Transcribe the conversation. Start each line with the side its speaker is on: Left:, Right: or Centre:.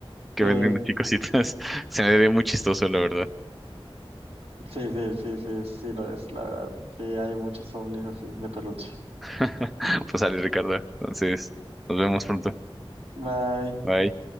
Centre: que
Right: Sí,
Centre: venden así cositas. <laughs> Se me ve muy chistoso, la verdad.
Right: sí, sí, sí, sí, sí lo es, la verdad. Sí, hay muchos ovnis así, de peluche.
Centre: <laughs> Pues sale, Ricardo. Entonces, nos vemos pronto.
Right: Bye.
Centre: Bye.